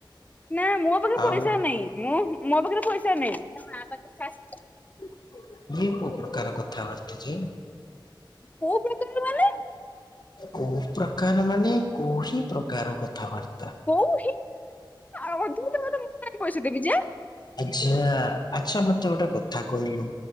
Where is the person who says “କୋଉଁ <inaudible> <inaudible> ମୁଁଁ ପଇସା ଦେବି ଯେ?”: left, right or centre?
Left